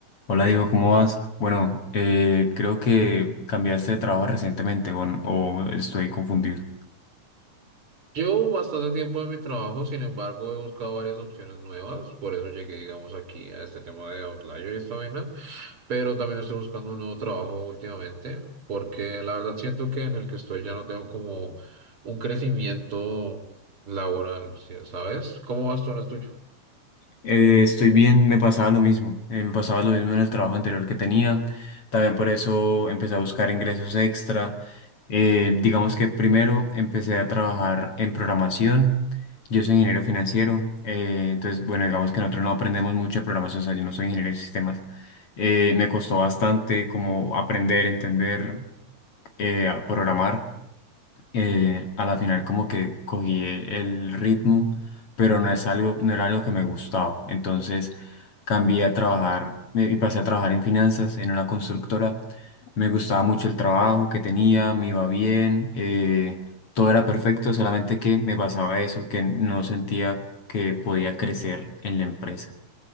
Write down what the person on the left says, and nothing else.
Hola Diego, ¿cómo vas? Bueno, eh, creo que cambiaste de trabajo recientemente o, o estoy confundido.
Eh, estoy bien, me pasaba lo mismo. eh, me pasaba lo mismo en el trabajo anterior que tenía. También por eso empecé a buscar ingresos extra. Eh, digamos que primero empecé a trabajar en programación. Yo soy ingeniero financiero. eh, entonces, bueno, digamos que nosotros no aprendemos mucho de programación. O sea, yo no soy ingeniero de sistemas. Eh, me costó bastante como aprender, entender, eh, a programar. eh, a la final como que cogí el ritmo, pero no es algo, no era algo que me gustaba. Entonces cambié a trabajar me- y pasé a trabajar en finanzas, en una constructora. Me gustaba mucho el trabajo que tenía, me iba bien, eh, todo era perfecto, solamente que me pasaba eso, que no sentía que podía crecer en la empresa.